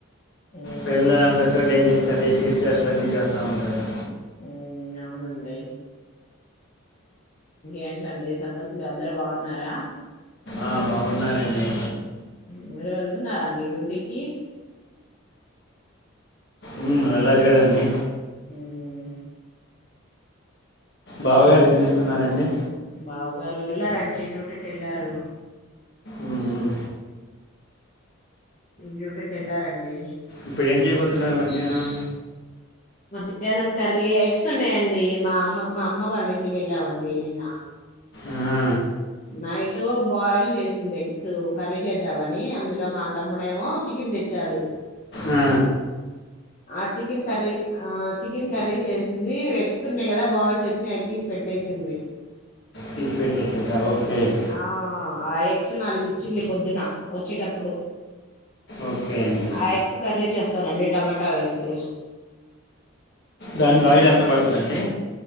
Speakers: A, on the left; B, on the left.
A: మ్మ్
B: పెళ్ల పెద్దోళ్ళు ఏం చేస్ అదే చిలిపి చేష్టలన్నీ చేస్తుంటారు
A: ఉమ్ అవునండి. ఏంటండీ సంగతులు అందరు బాగున్నారా
B: ఆ బాగున్నారండి
A: మీరు వెళ్తున్నారా అండి డ్యూటీకి
B: ఉమ్ వెళ్ళాలి కదా అండి
A: ఉమ్,
B: బావగారు
A: ఉమ్.
B: ఏం చేస్తున్నారండి
A: బావగారు వెళ్లారండి డ్యూటీ కి వెళ్లారు
B: ఉమ్,
A: డ్యూటీ కి వెళ్లారండి
B: ఇప్పుడు ఏం చేయబోతున్నారు మధ్యాహ్నం
A: మధ్యాహ్నం కరియా ఎక్స్ ఉన్నాయండి మా అమ్మ వాళ్ళ ఇంటికి వెళ్ళామండి నిన్న.
B: ఆహా,
A: నైటు బాయిల్ చేసింది ఎక్స్ కర్రి చేద్దామని అంతలో మా తమ్ముడేమో చికెన్ తెచ్చాడు.
B: ఆ,
A: ఆ చికెన్ కర్రీ ఆ చికెన్ కర్రీ చేసింది ఇవి ఎగ్స్ ఉన్నాయి కదా బాయిల్ చేసినవి అవి తీసి పెట్టేసింది
B: తీసి పెట్టేసిందా ఓకే మ్మ్
A: ఆ <unintelligible> నాలుగు ఇచ్చింది పొద్దున వచ్చేటప్పుడు.
B: ఓకే అండి
A: ఆ ఎగ్స్ కర్రీ చేస్తానండి టమాటా వేసి
B: దానికి ఆయిల్ ఎంత పడుతది అండి